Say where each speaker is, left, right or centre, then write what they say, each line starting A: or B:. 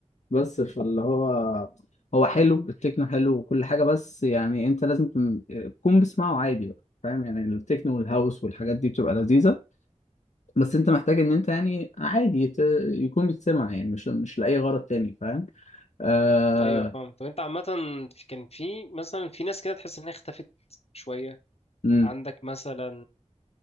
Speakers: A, on the left (about 75°); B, on the left (about 55°).
A: بس فاللي هو هو حلو التكنو حلو وكل حاجة بس يعني انت لازم تكون تكون بتسمعه عادي بقى فاهم يعني التكنو والهاوس والحاجات دي بتبقى لذيذة بس انت محتاج ان انت يعني عادي ت... يكون بتسمع يعني مش مش لأي غرض تاني فاهم آه...
B: ايوه فاهم طب انت عامة في- كان في مثلا في ناس كده تحس انها اختفت شوية
A: مم.
B: عندك مثلا